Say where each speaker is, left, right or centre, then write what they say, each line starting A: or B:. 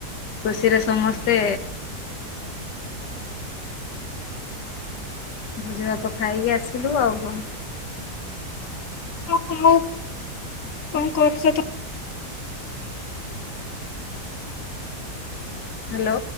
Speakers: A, on the left (about 80°); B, on the left (about 55°).
A: ଖୁସିରେ ସମସ୍ତେ ଭୋଜିଭାତ ଖାଇକି ଆସିଲୁ ଆଉ କଣ?
B: ହଉ ମୁଁ କଣ କରୁଛ ତୁ?
A: ହ୍ୟାଲୋ